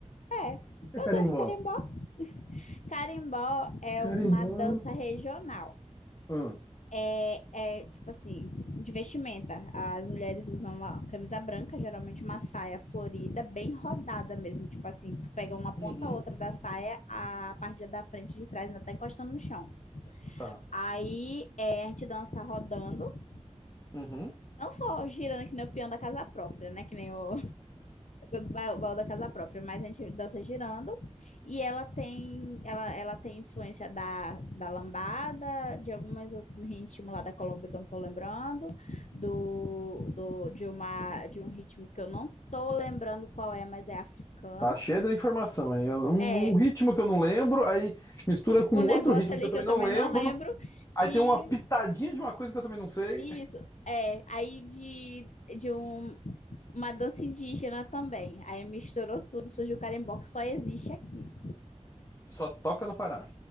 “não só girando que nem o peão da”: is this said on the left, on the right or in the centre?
Left